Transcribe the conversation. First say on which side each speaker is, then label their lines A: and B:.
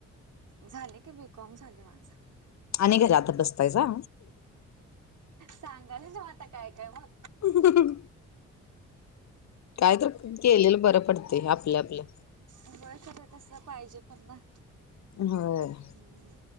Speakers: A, on the right; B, on the left.
A: झालय की, बीकॉम झालय माझ.
B: आणि घरातच बसतायसा.
A: सांगालय नव्ह आता, काय काय मग
B: हम्म, काय तर केलेल बर पडतय आपल आपल.
A: व्हय, खर तस पाहिजे पण ना.
B: व्हय
A: हम्म,